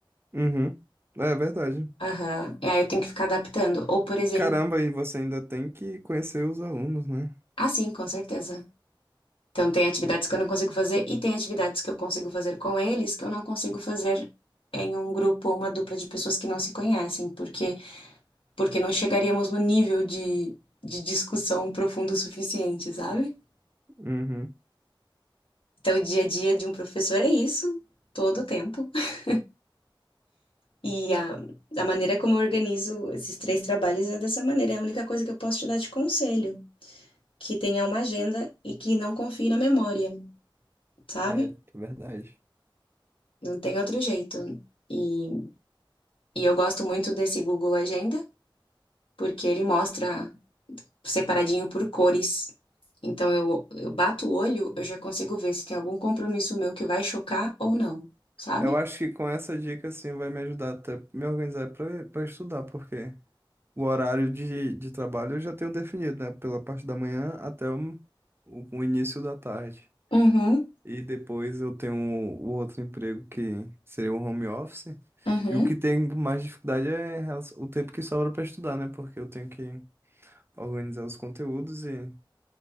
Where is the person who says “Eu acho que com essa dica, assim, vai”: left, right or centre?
Right